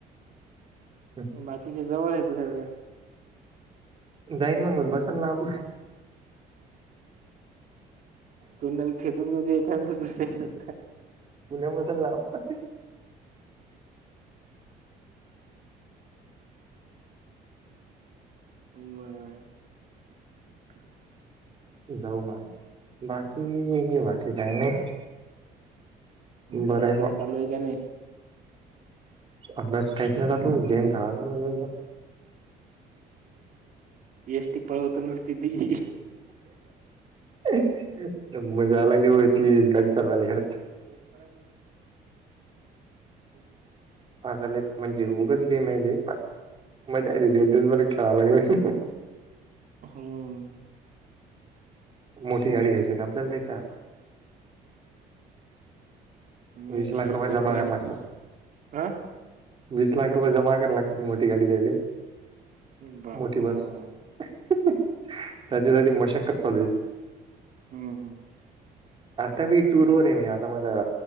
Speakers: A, on the right; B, on the right.
A: आहे
B: बाकीच्या जवळ आहेत सगळ्या.
A: जाईन मंग बसन लांब.
B: तोंडाला फेकून देऊ दे एखाद दुसऱ्याच.
A: पुण्यापासून लांब.
B: म
A: जाऊ म बाकी बाकी काही नाही.
B: अभ्यास
A: बरं आहे
B: वगैरे
A: बा
B: चालू आहे का नाही.
A: अभ्यास काहीच नाही चालू गेम खेळायला नको दिवसभर.
B: एसटी पळवतो नुसती ती.
A: मजा यायला लागलीहो ती गाडी चालवायला घरात.
B: <unintelligible> हम्
A: आगले म्हणजे उगच गेम आहे तेे पण मजा आहे ते दिवसभर खेळा लागलोय.
B: हुं
A: मोठी गाडी घ्यायची ना आपल्याला त्याच्यात.
B: मी
A: वीस
B: खेळला
A: लाख रुपये जमा
B: पहिले
A: करा लागतात.
B: हा
A: वीस लाख रुपये जमा करा लागतील मोठी गाडी द्यायले.
B: बाबा
A: मोठी
B: बाबा
A: बस त्याच्यासाठी मशकच चालूये.
B: हम्म हम्म.
A: आता मी टूरवर आहे मी आता मला